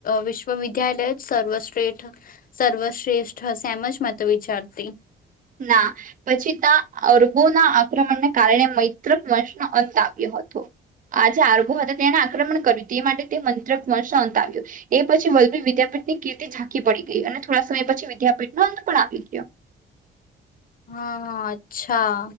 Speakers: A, on the left (about 45°); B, on the right (about 40°).
A: વિશ્વવિદ્યાલય જ સર્વશ્રેષ્ઠ સર્વશ્રેષ્ઠ હશે એમ જ મત વિચારતી
B: ના પછી ત્યા અરબોના આક્રમણને કારણે મૈત્રક વંશનો અંત આવ્યો હતો આ જે અરબો હતા તેને આક્રમણ કર્યું તે માટે તે મૈત્રક વંશનો અંત આવ્યો એ પછી વલ્ભી વિદ્યાપીઠની કીર્તિ ઝાંકી પડી ગઈ અને થોડા સમય પછી વિદ્યાપીઠનો અંત પણ આવી ગયો
A: હા હા અચ્છા